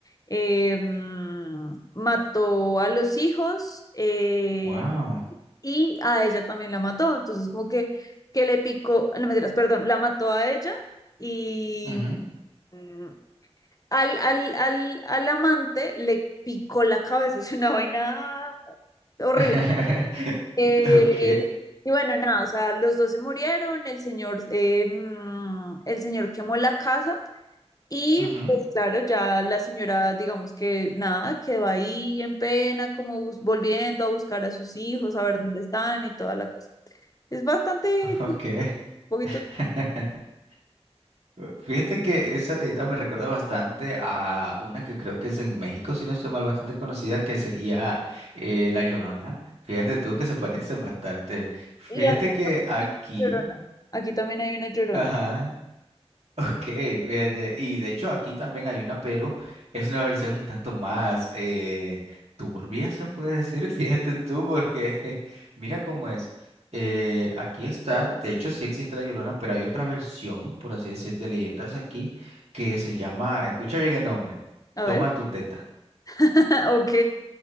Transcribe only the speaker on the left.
em, mató a los hijos, eh,
y a ella también la mató. Entonces, como que, que le picó, no mentiras, perdón, la mató a ella y
mm, al, al, al, al amante le picó la cabeza. <laughs> Es una vaina horrible.
Eh,
y bueno, nada, o sea, los dos se murieron, el señor, eh, mm, el señor quemó la casa. Y
pues claro, ya la señora, digamos que nada, quedó ahí en pena, como bus- volviendo a buscar a sus hijos, a ver dónde están y toda la cosa. Es bastante
poquito.
Y a-
llorona. Aquí también hay una llorona.
A
ver.
<laughs> Ok.